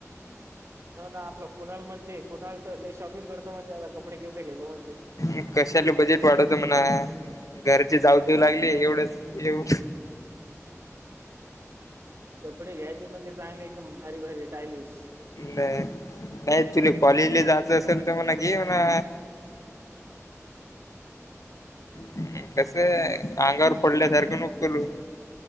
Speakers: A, on the right; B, on the left.
A: हा ना आपला कुणाल म्हणते कुणाल तर लय शॉपिंग करतो म ते आता कपडे किपडे घेतो म्हणते.
B: एक कशाला बजेट वाढवतो मणा घरचे जाऊ देऊ लागले एवढंच येव
A: कपडे घ्यायच्या म चांगले एकदम भारी भारी टायलिश
B: ना नाय तुले कॉलेजले जायचं असेल तर म्हणा घे म्हणा. हम् कसय अंगावर पडल्यासारखं नको करू